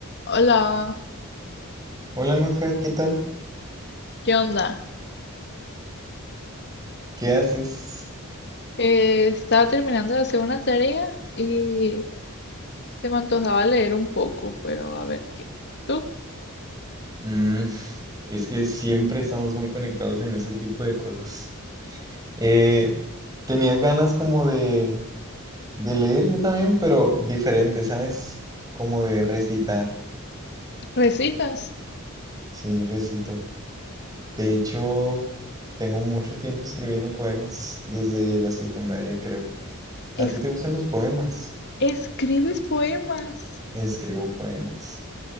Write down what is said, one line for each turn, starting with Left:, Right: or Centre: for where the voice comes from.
Left: Hola,
Right: Hola Nadja, ¿qué tal?
Left: ¿qué onda?
Right: ¿Qué haces?
Left: Eh, estaba terminando de hacer una tarea y se me antojaba leer un poco, pero a ver qué. ¿Tú
Right: Mm, es que siempre estamos muy conectados en ese tipo de cosas. Eh, tenía ganas como de, de leer yo también, pero diferente, ¿sabes? Como de recitar.
Left: recitas?
Right: Sí, recito. De hecho, tengo mucho tiempo escribiendo poemas, desde la secundaria creo.
Left: Es-
Right: ¿A ti te gustan los poemas?
Left: ¿escribes poemas?
Right: Escribo poemas.